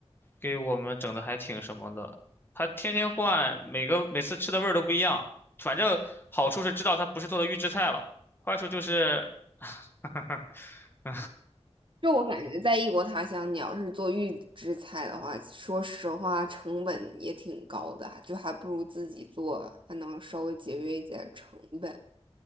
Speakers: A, on the left; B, on the right.
A: 给我们整的还挺什么的，他天天换，每个每次吃的味儿都不一样。反正好处是知道他不是做的预制菜了，坏处就是，<laughs>
B: 就我感觉，在异国他乡，你要是做预制菜的话，说实话成本也挺高的，就还不如自己做，还能稍微节约一点成本。